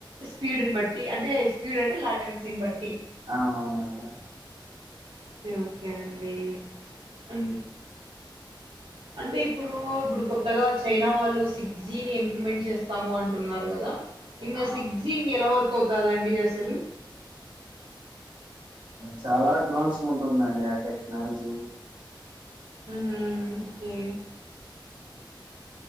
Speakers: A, on the right; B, on the right.
A: స్పీడ్ని బట్టి అంటే స్పీడ్ అంటే లాటెన్సీని బట్టి
B: ఆ అవునండి
A: కె ఓకే అండి అ అంటే ఇప్పుడు ఇప్పుడు కొత్తగా చైనా వాళ్ళు సిక్స్ జీ ని ఇంప్లిమెంట్ చేస్తాము అంటున్నారు కదా ఇంగ
B: ఆ
A: సిగ్జి ఇంగ ఎలా వర్క్ అవుతదండి అసలు
B: చాలా అడ్వాన్స్ గా ఉంటుందండి ఆ టెక్నాలజీ
A: హ్మ్ హు ఓకే